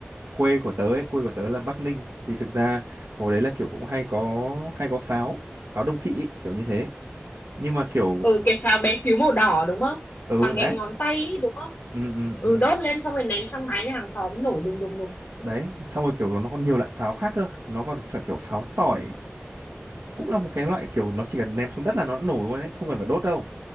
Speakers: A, on the right; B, on the left.
A: quê của tớ ấy quê của tớ là Bắc Ninh thì thực ra hồi đấy là kiểu cũng hay có hay có pháo pháo đông kỵ ấy, kiểu như thế nhưng mà kiểu
B: ừ cái pháo bé xíu màu đỏ đúng không
A: ừ
B: bằng
A: đấy
B: cái ngón tay ấy, đúng không
A: ừ ừ ừ
B: ừ đốt lên xong rồi ném sang mái nhà hàng xóm nổ đùng đùng đùng
A: đấy xong rồi kiểu nó còn nhiều loại pháo khác cơ nó còn phải kiểu pháo tỏi cũng là một cái loại kiểu nó chỉ cần ném xuống đất là nó đã nổ luôn ấy không cần phải đốt đâu